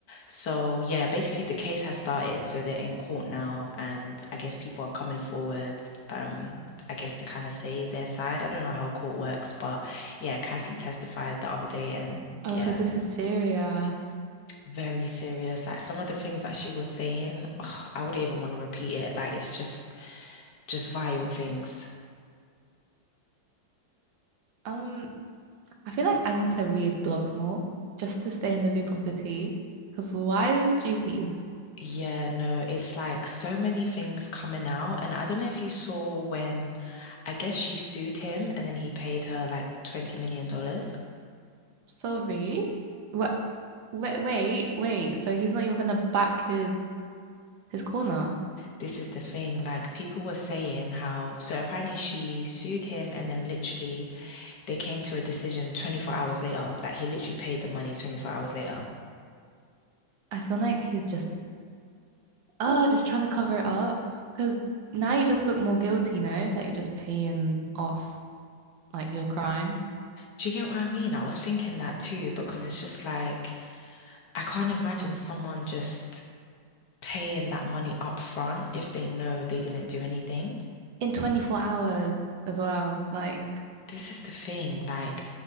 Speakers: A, on the left; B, on the right.
A: So yeah, basically the case has started, so they're in court now, and I guess people are coming forward, um, I guess to kind of say their side. I don't know how court works, but yeah, Cassie testified the other day, and
B: oh,
A: yeah,
B: so this is serious.
A: very serious. Like some of the things that she was saying, ugh, I wouldn't even want to repeat it. Like it's just just vile things.
B: Um, I feel like I need to read blogs more just to stay in the loop of the tea. Because why this juicy?
A: Yeah, no, it's like so many things coming out. And I don't know if you saw when I guess she sued him and then he paid her like $20 million. dollars.
B: Sorry. What? Wait, wait, wait. So he's not even gonna back his his corner.
A: This is the thing, like people were saying how, so apparently she sued him and then literally they came to a decision 24 hours later. Like he literally paid the money 24 hours later.
B: I feel like he's just oh, just trying to cover it up. Because now you just look more guilty, no? That you're just paying off like your crime
A: Do you get what I mean? I was thinking that too because it's just like I can't imagine someone just paying that money up front if they know they didn't do anything.
B: in 24 hours as well. Like,
A: This is the thing, like,